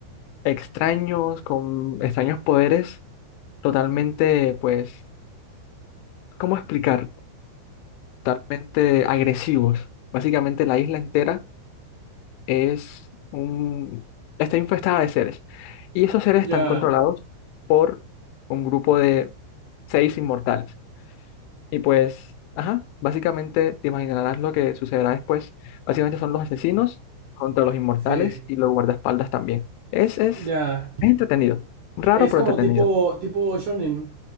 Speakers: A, on the left; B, on the right.
A: extraños, con extraños poderes, totalmente, pues, ¿cómo explicar? totalmente agresivos. Básicamente la isla entera es un, está infestada de seres. Y esos seres están
B: Ya.
A: controlados por un grupo de seis inmortales. Y pues, ajá, básicamente te imaginarás lo que sucederá después. Básicamente son los asesinos contra los inmortales
B: Sí,
A: y los guardaespaldas también. Es, es, es
B: ya.
A: entretenido. Raro,
B: Es
A: pero
B: como
A: entretenido.
B: tipo, tipo shonen.